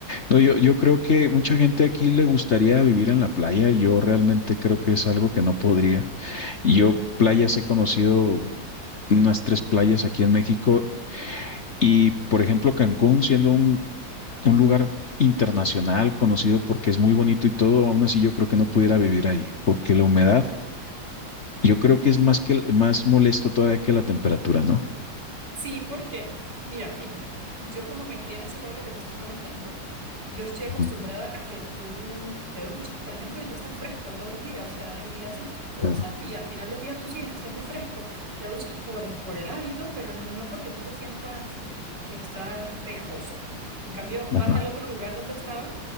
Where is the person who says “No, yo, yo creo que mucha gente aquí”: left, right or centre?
Left